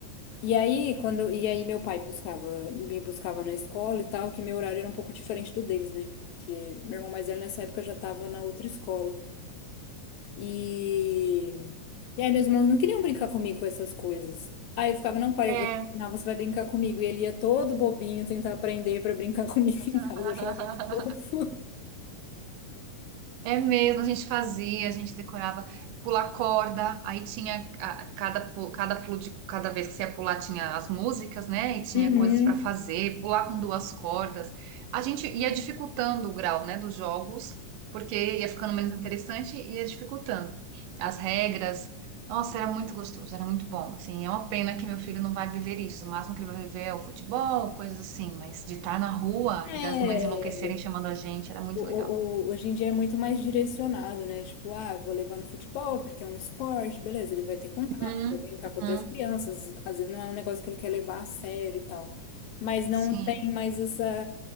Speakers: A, on the left; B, on the right.
A: e aí, quando, e aí meu pai buscava, me buscava na escola e tal, que meu horário era um pouco diferente do deles, né? Que meu irmão mais velho nessa época já tava na outra escola. E, e aí meus irmãos não queriam brincar comigo com essas coisas. Aí eu ficava, não, pai,
B: É,
A: eu vou te ensinar, você vai brincar comigo. E ele ia todo bobinho tentar aprender pra brincar <laughs> comigo
B: <laughs>
A: em casa. Eu achava muito fofo.
B: É mesmo, a gente fazia, a gente decorava, pular corda, aí tinha a- a cada pu- cada pulo de cada vez que você ia pular tinha as músicas, né? E tinha
A: Uhum.
B: coisas para fazer, pular com duas cordas. A gente ia dificultando o grau, né, dos jogos, porque ia ficando menos interessante e ia dificultando as regras. Nossa, era muito gostoso, era muito bom. Assim, é uma pena que meu filho não vai viver isso. O máximo que ele vai viver é o futebol, coisas assim, mas de estar na rua
A: É.
B: e das mães enlouquecerem chamando a gente, era muito
A: O- o-
B: legal.
A: o- hoje em dia é muito mais direcionado, né? Tipo, ah, vou levar no futebol porque é um esporte, beleza, ele vai ter contato,
B: Uhum.
A: vai brincar com outras
B: uhum.
A: crianças, às vezes não é um negócio que ele quer levar a sério e tal. Mas não
B: Sim,
A: tem mais essa